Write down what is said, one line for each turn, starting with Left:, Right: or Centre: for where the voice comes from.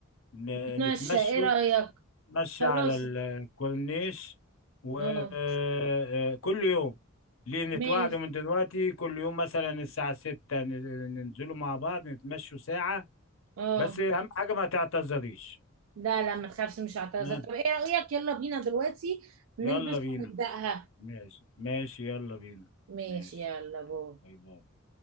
Left: ن-
Right: اتمشى
Left: نتمشوا
Right: ايه رأيك
Left: نتمشى
Right: خلاص
Left: على الكورنيش وكل
Right: اه
Left: يوم ليه نتواعدوا
Right: ماشي
Left: من دلوقتي كل يوم مثلا الساعة ستة ن- ننزلوا مع بعض نتمشوا ساعة
Right: اه
Left: بس أهم حاجة ما تعتذريش
Right: لا لا ما تخافش مش هعتذر
Left: ها
Right: طب ايه رأيك يلا بينا دلوقتي نلبس
Left: يلا بينا
Right: ونبدأها
Left: ماشي ماشي يلا بينا
Right: ماشي
Left: ماشي
Right: يلا باي
Left: باي باي